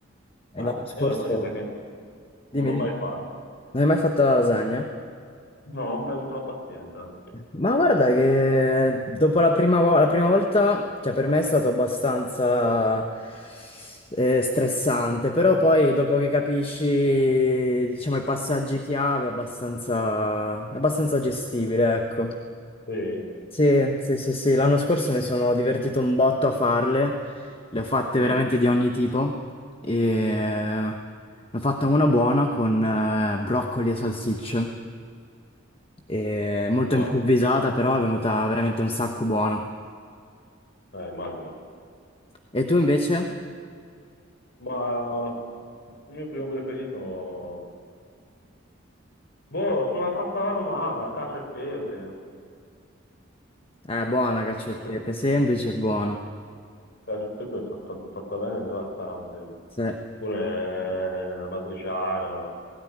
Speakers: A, on the left; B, on the left.
A: E
B: Ah,
A: l'anno scorso...
B: io la lasagna sai che
A: Dimmi,
B: non l'ho
A: dimmi.
B: mai fatta,
A: Non hai mai fatto la lasagna?
B: No, non ho mai avuto la pazienza.
A: Ma guarda che dopo la prima, vo- la prima volta, cioè per me è stato abbastanza eh, stressante, però poi dopo che capisci, diciamo, i passaggi chiave è abbastanza, è abbastanza gestibile, ecco.
B: Sì,
A: Sì, sì, sì, sì, l'anno scorso mi sono divertito un botto a farle, le ho fatte
B: Mhm.
A: veramente di ogni tipo e eh, ne ho fatta una buona con eh, broccoli e salsicce. E molto
B: Buona,
A: improvvisata, però è venuta veramente un sacco buona.
B: eh, immagino.
A: E tu invece?
B: Ma il mio primo preferito... Boh, sono la pasta alla romana, cacio e pepe.
A: È buona cacio
B: Cacio,
A: e pepe, semplice e buona.
B: cacio e pepe è fatta, fatta bene e devastante.
A: Sì,
B: Pure la matriciana,